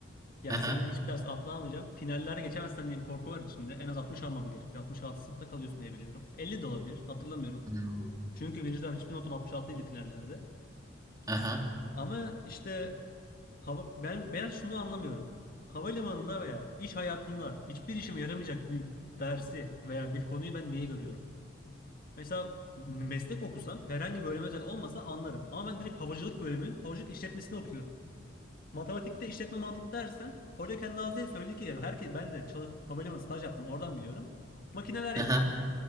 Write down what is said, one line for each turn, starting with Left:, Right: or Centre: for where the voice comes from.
Left: Yani
Right: Aha.
Left: seneye hiçbir ders atlayamayacağım. Finallere geçemezsen diye bir korku var içinde. En az 60 almam gerekiyor. 66 sınıfta kalıyorsun diye biliyorum. 50 de olabilir. Hatırlamıyorum.
Right: Hmm.
Left: Çünkü birinci dönem hiçbir notum 66 ile finallerde.
Right: Aha.
Left: Ama işte Hava, ben, ben şunu anlamıyorum. Havalimanında veya iş hayatında hiçbir işime yaramayacak bir dersi veya bir konuyu ben niye görüyorum? Mesela m- meslek okusam herhangi bir bölüme özel olmasa anlarım. Ama ben direkt havacılık bölümünün havacılık işletmesini okuyorum. Matematikte işletme mantığı dersen hoca kendi ağzıyla söyledi ki herkes ben de çalış, havalimanı staj yaptım oradan biliyorum. Makineler
Right: Aha.
Left: yapıyor.